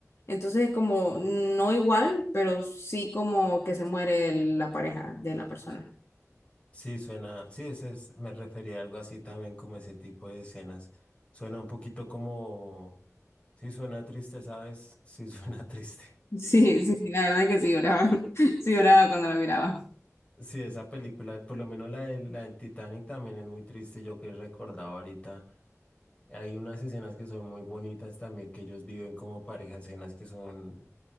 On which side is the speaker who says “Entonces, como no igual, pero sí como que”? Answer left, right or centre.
Left